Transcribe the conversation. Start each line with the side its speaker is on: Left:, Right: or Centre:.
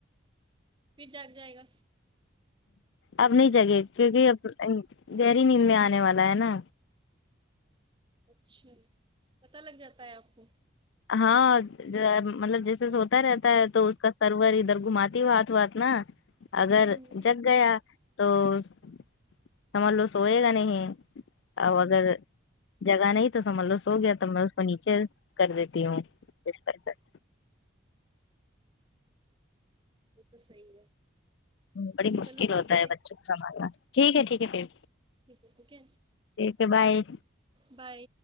Right: پھر جگ جائے گا
Left: اب نہیں جگہ کیونکہ اب گہری نیند میں آنے والا ہے نا
Right: اچھا پتا لگ جاتا ہے آپ کو
Left: ہاں جو ہے مطلب جیسے س ہوتا رہتا ہے تو اس کا سرور ادھر گھماتی ہوات ہوات نا اگر
Right: ہوں
Left: جگ گیا تو سمجھ لو سوئے گا نہیں اب
Right: ہوں
Left: اگر جگہ نہیں تو سمج لو سو گیا گیا تو میں اس کو نیچے کر دیتی ہوں اس ط <unintelligible>
Right: وہ تو صحیح ہے
Left: بڑی مشکل
Right: چلو ٹھیک
Left: ہوتا ہے بچوں کو سنبھالنا ٹھیک ہے ٹھیک ہے پھر
Right: ٹھیک ہے ٹھیک ہے
Left: ٹھیک ہے بائے
Right: بائے